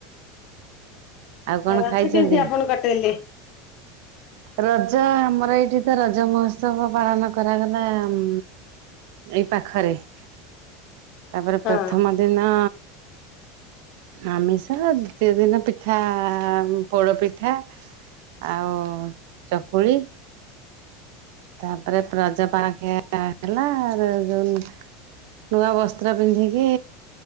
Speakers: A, on the right; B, on the left.
A: ଆଉ କଣ
B: ରଜ
A: ଖାଇଛନ୍ତି?
B: କେମିତି ଆପଣ କଟେଇଲେ?
A: ରଜ ଆମର ଏଇଠି ତ ରଜ ମହୋତ୍ସବ ପାଳନ କରାଗଲା ଉ ଏଇ ପାଖରେ ତାପରେ
B: ହଁ।
A: ପ୍ରଥମ ଦିନ ଆମିଷ ଦ୍ୱତୀୟ ଦିନ ପିଠା ପୋଡ଼ପିଠା ଆଉ ଚକୁଳି। ତାପରେ ପ୍ରଜ ପାଣଖିଆ ହେଲା ଆ ଯୋଉ ନୂଆ ବସ୍ତ୍ର ପିନ୍ଧିକି